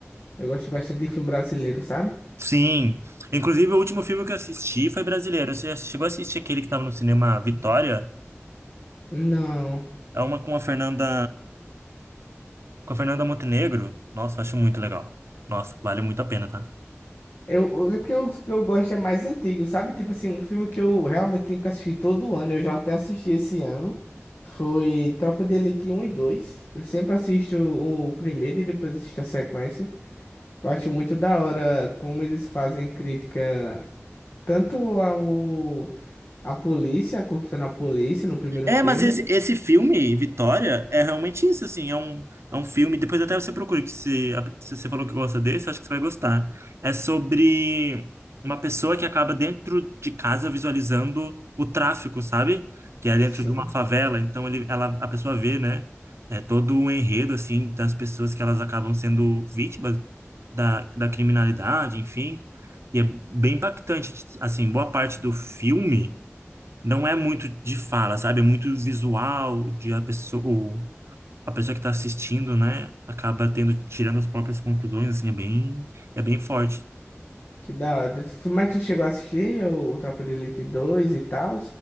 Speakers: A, on the left (about 50°); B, on the right (about 65°).
A: Eu gosto bastante de filme brasileiro, sabe?
B: Sim. Inclusive, o último filme que eu assisti foi brasileiro. Você já chegou a assistir aquele que tava no cinema Vitória?
A: Não.
B: É uma com a Fernanda, com a Fernanda Montenegro. Nossa, acho muito legal. Nossa, vale muito a pena, tá?
A: Eu, eu- porque os que eu gosto é mais antigo, sabe? Tipo assim, um filme que eu realmente tenho que assistir todo ano, eu já até assisti esse ano, foi Tropa de Elite um e dois Eu sempre assisto o, o primeiro e depois assisto a sequência. Eu acho muito da hora como eles fazem crítica tanto ao, à polícia, à corrupção na polícia, no primeiro
B: É,
A: filme.
B: mas esse, esse filme, Vitória, é realmente isso, assim, é um, é um filme, depois até você procura, que se, se você falou que gosta desse, acho que você vai gostar. É sobre uma pessoa que acaba dentro de casa visualizando o tráfico, sabe? Que é dentro
A: Sim.
B: de uma favela, então ele, ela, a pessoa vê, né? É todo o enredo, assim, das pessoas que elas acabam sendo vítimas da, da criminalidade, enfim. E é bem impactante, assim, boa parte do filme não é muito de fala, sabe? É muito visual de a pessoa, o- a pessoa que está assistindo, né? Acaba tendo, tirando as próprias conclusões, assim, é bem, é bem forte.
A: Que da hora. Mas tu chegou a assistir o, o Tropa de Elite dois e tal?